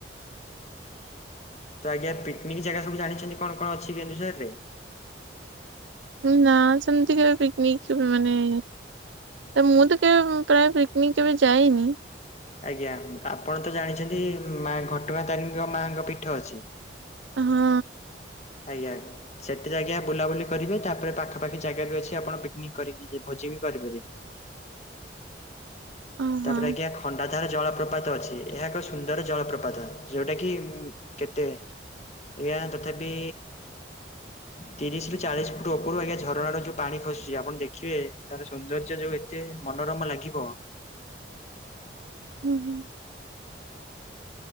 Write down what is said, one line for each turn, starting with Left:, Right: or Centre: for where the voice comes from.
Left: ତ ଆଜ୍ଞା ପିକନିକ ଜାଗା ସବୁ ଜାଣିଛନ୍ତି କଣ କଣ ଅଛି କେନ୍ଦୁଝର ରେ।
Right: ନା ସେମତି କେବେ ପିକନିକ କେବେ ମାନେ ତ ମୁଁ ତ କେବେ ପ୍ରାୟ ପିକନିକ କେବେ ଯାଇନି।
Left: ଆଜ୍ଞା ଆପଣ ତ ଜାଣିଛନ୍ତି ମା ଘଟଗାଁ ତାରିଣୀଙ୍କ ମାଙ୍କ ପୀଠ ଅଛି।
Right: ହଁ।
Left: ଆଜ୍ଞା। ସେତିରେ ଆଜ୍ଞା ବୁଲାବୁଲି କରିବେ ତାପରେ ପାଖାପାଖି ଜାଗା ବି ଅଛି ଆପଣ ପିକନିକ କରିକି ଭୋଜି ବି କରିପାରିବେ।
Right: ଓହୋ
Left: ତାପରେ ଆଜ୍ଞା ଖ ଖଣ୍ଡାଧାର ଜଳପ୍ରପାତ ଅଛି ଏହା ଏକ ସୁନ୍ଦର ଜଳପ୍ରପାତ ଯୋଉଟା କି ଉଁ କେତେ ଏହା ତଥାବି ତିରିଶ ରୁ ଚାଳିଶ ଫୁଟ ଉପରୁ ଆଜ୍ଞା ଝରଣା ର ଯୋଉ ପାଣି ଖସୁଚି ଆପଣ ଦେଖିବେ ତାର ସୌନ୍ଦର୍ଯ୍ୟ ଯୋଉ ତେ ମନୋରମା ଲାଗିବ।
Right: ହୁଁ ହୁଁ